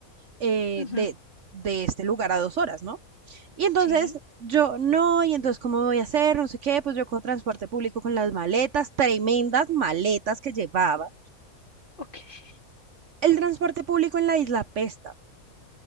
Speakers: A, on the right (about 60°); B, on the left (about 35°).
A: eh,
B: ujú,
A: de, de este lugar a dos horas, ¿no? Y entonces
B: Sí.
A: yo no, y entonces ¿cómo voy a hacer? No sé qué, pues yo con transporte público con las maletas, tremendas maletas que llevaba.
B: Ok.
A: El transporte público en la isla pesta.